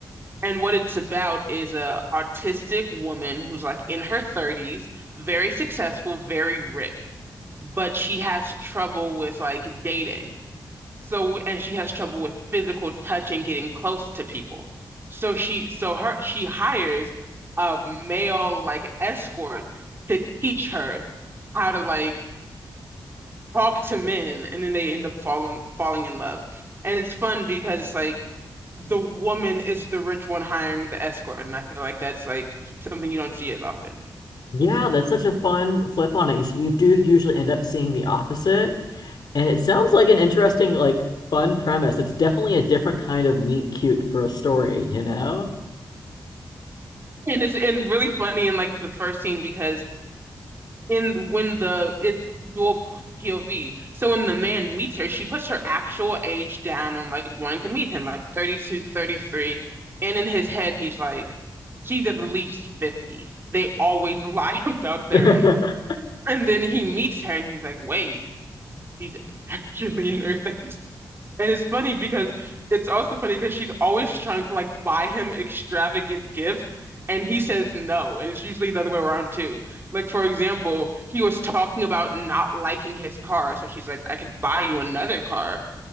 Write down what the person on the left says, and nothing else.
Yeah, that's such a fun flip on it because you do usually end up seeing the opposite. And it sounds like an interesting, like, fun premise. It's definitely a different kind of meet cute for a story, you know?
<laughs>